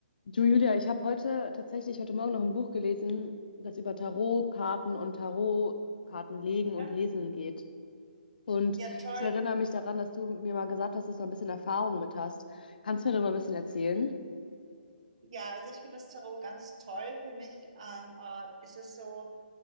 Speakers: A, on the left (about 55°); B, on the right (about 35°).
A: Du Julia, ich habe heute tatsächlich heute Morgen noch ein Buch gelesen, das über Tarotkarten und Tarotkarten legen
B: Ja,
A: und lesen geht. Und
B: Ja, toll.
A: ich erinnere mich daran, dass du mir mal gesagt hast, dass du ein bisschen Erfahrung mit hast. Kannst du mir da mal ein bisschen erzählen?
B: Ja, also ich finde das Tarot ganz toll. Für mich ähm, äh, ist es so